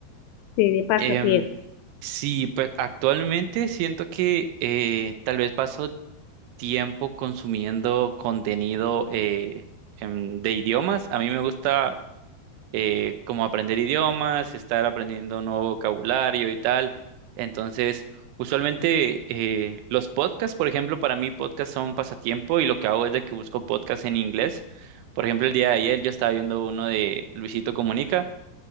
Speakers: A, on the left; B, on the right.
A: sí, de pasatiempo.
B: em, sí, pues actualmente siento que eh, tal vez paso tiempo consumiendo contenido eh, em, de idiomas. A mí me gusta eh, como aprender idiomas, estar aprendiendo nuevo vocabulario y tal. Entonces, usualmente eh, los podcasts, por ejemplo, para mí podcasts son pasatiempo y lo que hago es de que busco podcasts en inglés. Por ejemplo, el día de ayer yo estaba viendo uno de Luisito Comunica,